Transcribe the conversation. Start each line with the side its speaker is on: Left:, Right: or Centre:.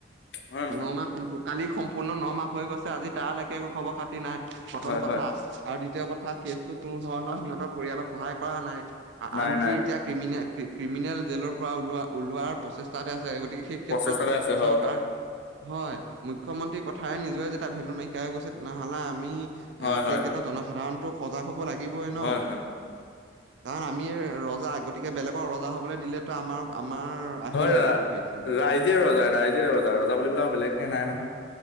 Left: হয় নে নহয়?
Right: ন মাহ সম্প কালি সম্পূৰ্ণ নমাহ হৈ গৈছে আজি তালৈকে একো খবৰ খাতি নাই প্ৰথম
Left: হয়
Right: কথা
Left: হয়
Right: আৰু দ্বিতীয় কথা কেছটো কোনো ধৰণৰ সিহঁতৰ পৰিয়ালক সহায় কৰা নাই
Left: নাই
Right: আনকি
Left: নাই।
Right: এতিয়া ক্ৰিমি ক্ৰিমিনেল জেলৰ পৰা ওলোৱাৰ প্ৰচেষ্টা তাতে আছ যায়, গতিকে সেই ক্ষেত্ৰত
Left: প্ৰচেষ্টাতে আছে হয়।
Right: চৰকাৰ হয়। মুখ্যমন্ত্ৰীৰ কথাৰে নিজৰে যেতিয়া ভেলু নাইকিয়াই হৈ গৈছে, তেনেহ'লে আমি এ
Left: হয় হয়
Right: সেই ক্ষেত্ৰত জনসাধাৰণটোক সজাগ হ'ব লাগিবই ন।
Left: হয় হয়।
Right: কাৰণ আমি ৰজা গতিকে বেলেগৰ ৰজা হবলৈ দিলেতো আমাৰ আমাৰ আহিবই
Left: হয়
Right: হেৰিখিনি
Left: ৰাইজে ৰজা ৰাইজে ৰজা ৰজা বুলিবলৈ আৰু বেলেগকে নাই নহয়।